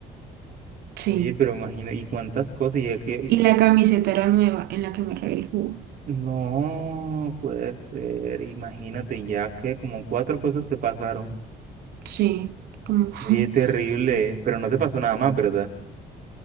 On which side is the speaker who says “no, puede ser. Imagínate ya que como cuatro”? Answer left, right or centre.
Right